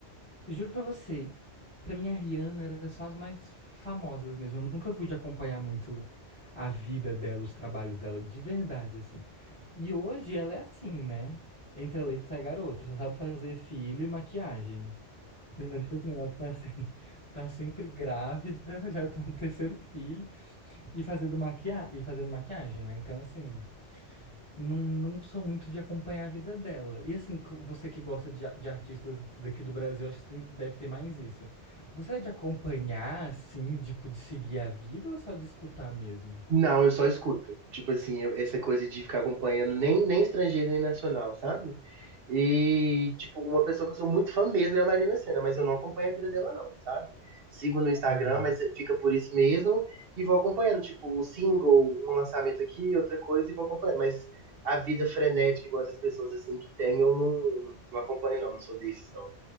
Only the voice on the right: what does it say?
Não, eu só escuto. Tipo assim, eu- essa coisa de ficar acompanhando nem, nem estrangeiro nem nacional, sabe? E, tipo, uma pessoa que eu sou muito fã mesmo é a Marina Sena, mas eu não acompanho a vida dela, não, sabe? Sigo no Instagram,
mas fica por isso mesmo, e vou acompanhando, tipo, o single, um lançamento aqui, outra coisa, e vou acompanhando. Mas a vida frenética, igual essas pessoas assim que tem, eu não, não acompanho, não, não sou desses, não.